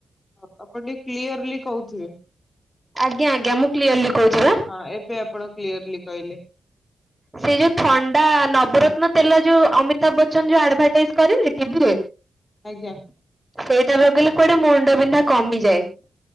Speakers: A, on the left; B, on the right.
A: ହ ଆପଣ ଟିକେ କ୍ଲିୟରଲି କହୁ <unintelligible>
B: ଆଜ୍ଞା ଆଜ୍ଞା ମୁଁ କ୍ଲିୟରଲି କହୁଛି ବା
A: ହଁ ଏବେ ଆପଣ କ୍ଲିଅରଲି କହିଲେ।
B: ସେ ଯୋଉ ଥଣ୍ଡା ନବରତ୍ନ ତେଲ ଯୋଉ ଅମିତାଭ ବଚ୍ଚନ ଯୋଉ ଆଡଭାଟାଇଜ କରିନି ଟିଭିରେ
A: ଆଜ୍ଞା।
B: ସେଇଟା ବଗେଇଲେ କୁଆଡେ ମୁଣ୍ଡ ବିନ୍ଧା କମିଯାଏ।